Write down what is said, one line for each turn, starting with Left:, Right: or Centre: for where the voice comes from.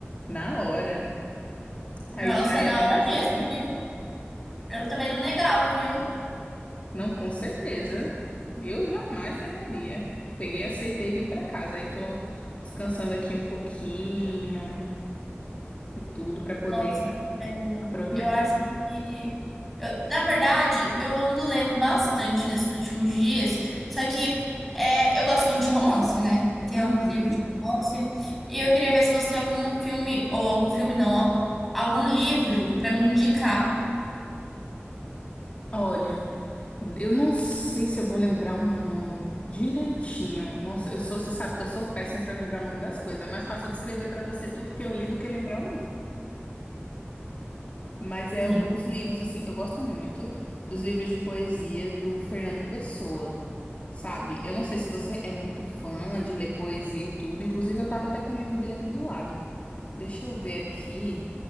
Left: na hora. Aí
Centre: Nossa,
Left: já ia
Centre: é na
Left: até
Centre: hora
Left: mais
Centre: mesmo,
Left: cedo.
Centre: viu? Eu também não negava, viu?
Left: Não, com certeza. Eu jamais negaria. Peguei, aceitei e vim para casa. Aí tô descansando aqui um pouquinho e tudo para poder
Centre: Nossa, é,
Left: aproveitar.
Centre: eu acho que. eu- na verdade, eu ando lendo bastante nesses últimos dias, só que é, eu gosto muito de romance, né? Tem
Left: Uhum.
Centre: alguns livros de romance. E eu queria ver se você tem algum filme, ou algum filme não, ó, algum livro pra me indicar.
Left: Olha, eu não sei se eu vou lembrar um nome direitinho. Nossa, eu sou, você sabe que eu sou péssima para lembrar o nome das coisas. É mais fácil eu descrever para você tudo que eu li do que lembrar o nome. Mas é
Centre: Sim.
Left: o- os livros assim, eu gosto muito dos livros de poesia do Fernando Pessoa. Sabe? Eu não sei se você é muito fã de ler poesia e tudo. Inclusive, eu tava até com o livro dele aqui do lado. Deixa eu ver aqui